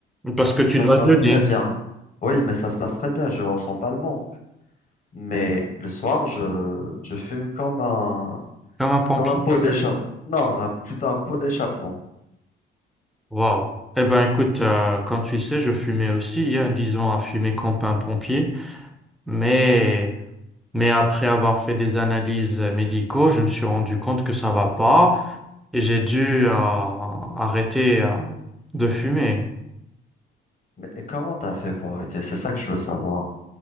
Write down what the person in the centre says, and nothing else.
Parce que tu
dois
jeûner,
comme un pompier.
Waouh. Eh ben écoute, euh, comme tu sais, je fumais aussi, hein, disons à fumer comme un pompier, mais mais après avoir fait des analyses médicaux, je me suis rendu compte que ça va pas. et j'ai dû euh, arrêter euh, de fumer.